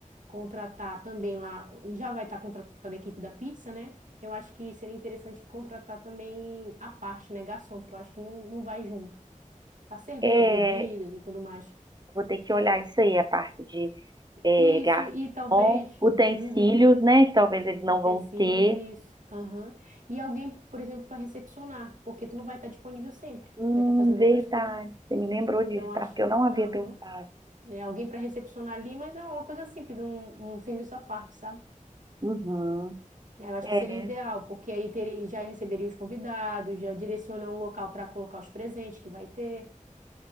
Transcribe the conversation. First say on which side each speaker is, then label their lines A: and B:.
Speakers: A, on the right (about 70°); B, on the right (about 30°).
A: Contratar também lá, já vai estar contratada a equipe da pizza, né? Eu acho que seria interessante contratar também a parte, né, garçom, porque eu acho que não, não vai junto, para servir
B: É,
A: as bebidas e tudo mais.
B: Vou ter que olhar isso aí, a parte de é,
A: Isso,
B: garçom,
A: e talvez.
B: utensílios,
A: Uhum.
B: né? Que talvez eles não
A: Utensílios,
B: vão ter.
A: isso. Aham. E alguém, por exemplo, para recepcionar, porque tu não vai estar disponível sempre, tu
B: Hum,
A: vai estar fazendo
B: verdade.
A: outras coisas.
B: Você me lembrou disso,
A: Então, eu acho.
B: tá? Porque eu não havia
A: Aham.
B: pensado.
A: É, alguém para recepcionar ali, mas é uma coisa simples, um, um serviço à parte, sabe?
B: Uhum.
A: É, Eu acho
B: É,
A: que seria ideal, porque aí teria, já receberia os convidados, já direciona um local para colocar os presentes que vai ter.